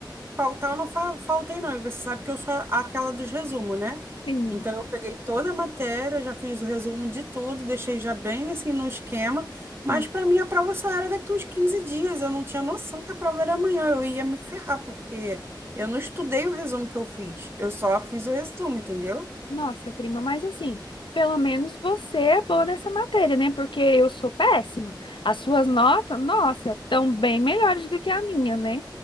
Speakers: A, on the right; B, on the left.
A: Faltar eu não fa- faltei não, e você sabe que eu sou aquela dos resumos, né?
B: prima.
A: Então eu peguei toda a matéria, já fiz o resumo de tudo, deixei já bem assim no esquema, mas
B: Sim.
A: para mim a prova só era daqui uns 15 dias, eu não tinha noção que a prova era amanhã, eu ia me ferrar, porque eu não estudei o resumo que eu fiz, eu só fiz o resumo, entendeu?
B: Nossa, prima, mas assim, pelo menos você é boa nessa matéria, né? Porque eu sou péssima. As suas notas, nossa, estão bem melhores do que a minha, né?